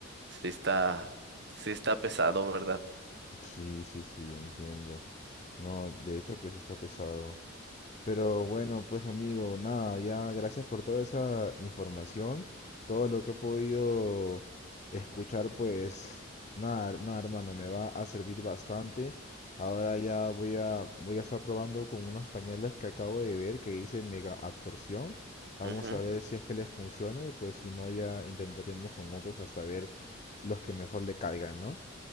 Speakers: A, on the right; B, on the left.
A: sí está, sí está pesado, ¿verdad?
B: Sí, sí, sí, entiendo. No, de hecho que sí está pesado. Pero bueno, pues amigo, nada, ya gracias por toda esa información, todo lo que he podido escuchar, pues nada, nada hermano, me va a servir bastante. Ahora ya voy a, voy a estar probando con unos pañales que acabo de ver que dice mega absorción. Vamos
A: Ujú.
B: a ver si es que les funciona y pues si no ya intentaremos con otros hasta ver los que mejor le caigan, ¿no?